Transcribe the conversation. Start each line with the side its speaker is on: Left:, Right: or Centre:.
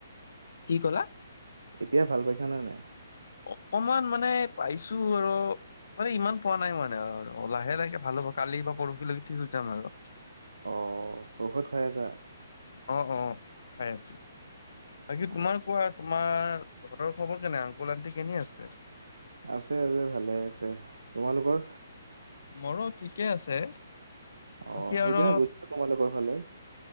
Left: কি কলা?
Right: এতিয়া ভাল পাইছা নে নাই?
Left: অকমান মানে পাইছোঁ আৰু মানে ইমান পোৱা নাই মানে আৰু লাহে-লাহেকে ভাল হ'ব কালি বা পৰহিলৈকে ঠিক হৈ যাম আৰু।
Right: আহ ঔখধ খাই আছা?
Left: অ' অ' খাই আছোঁ। বাকি
Right: অ
Left: তোমাৰ কোৱা? তোমাৰ ঘৰৰ খবৰ কেনে? আংকুল-আন্টি কেনে আছে?
Right: আছে, আছে ভালে আছে। তোমালোকৰ?
Left: মোৰো ঠিকে আছে।
Right: অ'
Left: বাকী
Right: সেইদিনা
Left: আৰু
Right: গৈছিলোঁ, তোমালোকৰ ফালে।